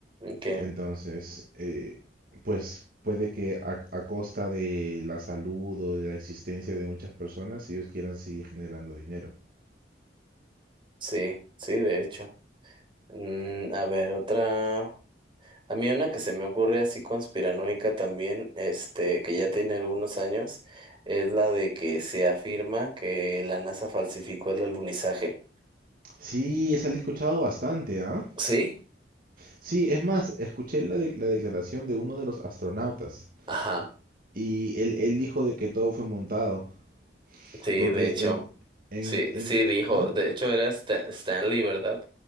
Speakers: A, on the right (about 30°); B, on the right (about 50°).
A: Que
B: Entonces, eh, pues puede que a, a costa de la salud o de la existencia de muchas personas, ellos quieran seguir generando dinero.
A: sí, sí, de hecho. Mm, a ver, otra. A mí una que se me ocurre así conspiranoica también, este, que ya tiene algunos años, es la de que se afirma que la NASA falsificó el alunizaje.
B: Sí, esa la he escuchado bastante, ¿ah?
A: ¿Sí?
B: Sí, es más, escuché la, de- la declaración de uno de los astronautas
A: Ajá.
B: y él, él dijo de que todo fue montado,
A: Sí,
B: porque
A: de hecho.
B: en, en,
A: Sí,
B: en,
A: sí, dijo.
B: ¿no?
A: De hecho, era Stan- Stanley, ¿verdad?